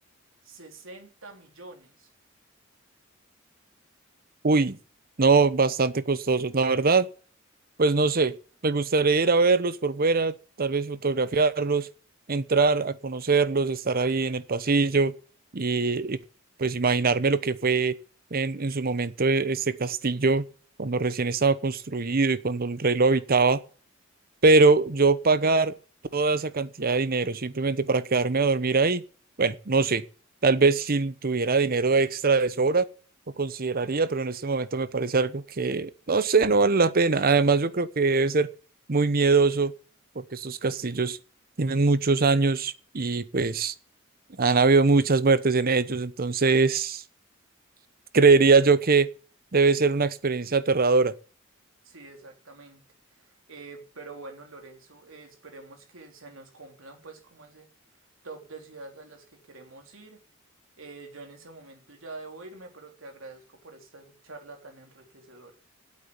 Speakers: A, on the right (about 70°); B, on the right (about 45°).
A: 60 millones.
B: Uy, no, bastante costosos, la verdad. Pues no sé, me gustaría ir a verlos por fuera, tal vez fotografiarlos, entrar a conocerlos, estar ahí en el pasillo y, y, pues imaginarme lo que fue en, en su momento e- este castillo cuando recién estaba construido y cuando el rey lo habitaba. Pero yo pagar toda esa cantidad de dinero simplemente para quedarme a dormir ahí, bueno, no sé. Tal vez si tuviera dinero extra de sobra, lo consideraría, pero en este momento me parece algo que, no sé, no vale la pena. Además, yo creo que debe ser muy miedoso porque estos castillos tienen muchos años y pues han habido muchas muertes en ellos. Entonces, creería yo que debe ser una experiencia aterradora.
A: Sí, exactamente. Eh, pero bueno, Lorenzo, eh, esperemos que se nos cumplan pues como ese top de ciudades a las que queremos ir. Eh, yo en ese momento ya debo irme, pero te agradezco por esta charla tan enriquecedora.